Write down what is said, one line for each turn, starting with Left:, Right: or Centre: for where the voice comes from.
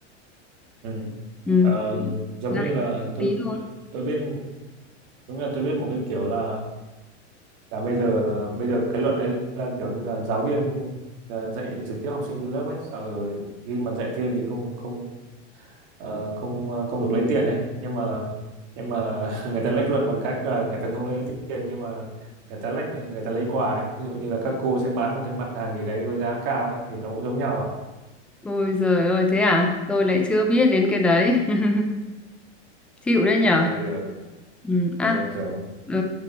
Right: Ừ.
Centre: ừ.
Right: Ờ, giống
Centre: Dạy
Right: như là tôi
Centre: tí thôi
Right: tôi biết giống như là tôi biết một cái kiểu là là bây giờ bây giờ cái luật đấy là kiểu như là giáo viên là dạy trực tiếp học sinh trên lớp ấy sau rồi khi mà dạy thêm thì không không ờ, không ờ, không được lấy tiền đấy nhưng mà nhưng mà <laughs> người ta lách luật bằng cách là người ta không lấy tiền nhưng mà người ta lách người ta lấy quà ấy ví dụ như là các cô sẽ bán một cái mặt hàng gì đấy với giá cao ấy thì nó cũng giống nhau à
Centre: ôi giời ơi thế à tôi lại chưa biết đến cái đấy <laughs> chịu đấy nhở
Right: bây giờ
Centre: ừ. à
Right: bây giờ kiểu
Centre: ừ.